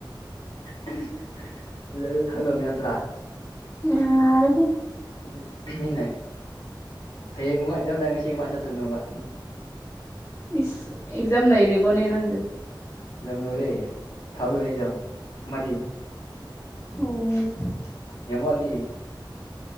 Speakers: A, on the left; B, on the left.
A: <unintelligible> ꯈꯪꯗꯕꯅꯦ ꯅꯠꯇ꯭ꯔꯥ
B: ꯌꯥꯔꯦꯍꯦ
A: <unintelligible> ꯍꯌꯦꯡ ꯅꯨꯡꯉꯥꯏ ꯐꯦꯛꯖꯥꯝ ꯂꯩꯔ ꯉꯁꯤ ꯀꯃꯥꯏ ꯆꯠꯇꯣꯏꯅꯣꯕ
B: ꯏꯁ ꯑꯦꯛꯖꯥꯝ ꯂꯩꯔꯤꯕꫭꯅꯦ ꯅꯪꯗꯨ
A: ꯑꯦꯛꯖꯥꯝ ꯂꯣꯏꯔꯦ ꯊꯥꯕ ꯂꫭꯏꯔꯦ ꯑꯦꯛꯖꯥꯝ ꯑꯃꯗꯤ
B: ꯑꯣ
A: ꯌꯥꯝ ꯋꯥꯠꯂꯤ